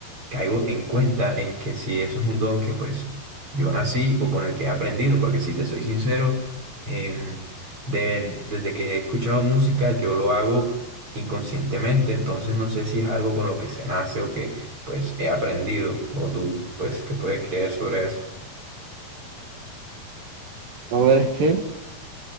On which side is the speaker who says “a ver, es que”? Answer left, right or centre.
Right